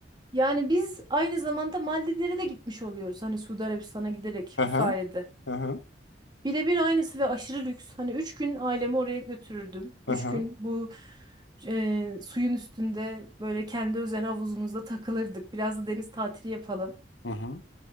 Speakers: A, on the right (about 25°); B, on the left (about 80°).
A: Yani biz aynı zamanda Maldivlere de gitmiş oluyoruz. Hani Suudi Arabistan'a giderek
B: Hı
A: bu
B: hı,
A: sayede.
B: hı hı,
A: Birebir aynısı ve aşırı lüks. Hani üç gün ailemi oraya götürürdüm.
B: hı
A: Üç
B: hı,
A: gün bu e, suyun üstünde böyle kendi özel havuzumuzda takılırdık. Biraz da deniz tatili yapalım.
B: hı hı,